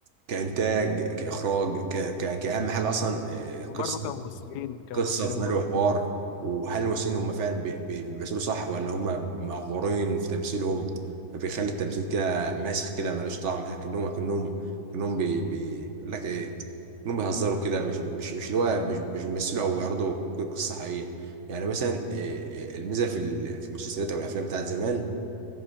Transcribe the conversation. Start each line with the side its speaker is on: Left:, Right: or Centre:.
Right: كانتاج كاخراج ك ك كاهم حاجه اصلا آه، قصه
Left: وبرضو كممثلين كممثلين
Right: قصه في ملء
Left: برضو
Right: وحوار وهل الممثلين هم فعلا بي- بي- بيمثلوا صح ولا هم معفورين في تمثيلهم فبيخلي التمثيل كده ماسخ كده ملوش طعم كأنهم كأنهم كأنهم بي بي يقول لك ايه كأنهم بيهزروا كده مش مش مش اللي هو مش مش بيمثلوا او بيعرضوا قصه حقيقيه يعني مثلا إيه، الميزه في ال- في المسلسلات او الافلام بتاعت زمان